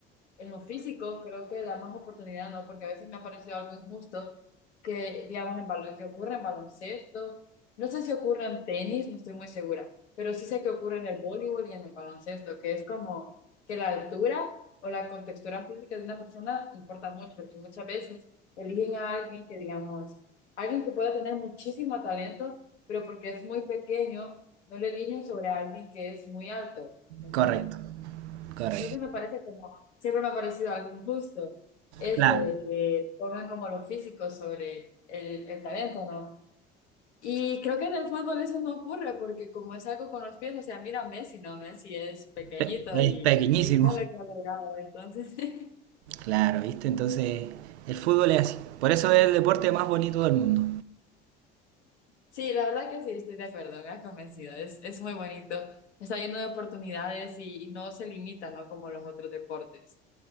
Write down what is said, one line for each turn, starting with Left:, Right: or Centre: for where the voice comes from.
Left: en lo físico creo que da más oportunidad, ¿no? Porque a veces me ha parecido algo injusto que, digamos, en balon- que ocurre en baloncesto. No sé si ocurre en tenis, no estoy muy segura, pero sí sé que ocurre en el voleibol y en el baloncesto, que es como que la altura o la contextura física de una persona importa mucho, porque muchas veces eligen a alguien que, digamos, alguien que pueda tener muchísimo talento, pero porque es muy pequeño, no le eligen sobre alguien que es muy alto, ¿me entiendes?
Right: Correcto, correcto.
Left: Entonces me parece como, siempre me ha parecido algo injusto eso
Right: Claro,
Left: de que pongan como lo físico sobre el, el talento, ¿no? Y creo que en el fútbol eso no ocurre porque como es algo con los pies, o sea, mira a Messi, ¿no? Messi es pequeñito
Right: pe- es
Left: y,
Right: pequeñísimo.
Left: y mira lo que ha logrado. Entonces, <laughs>
Right: Claro, ¿viste? Entonces, el fútbol es así. Por eso es el deporte más bonito del mundo.
Left: sí, la verdad que sí, estoy de acuerdo, me ha convencido, es, es muy bonito, está lleno de oportunidades y, y no se limita, ¿no? Como los otros deportes.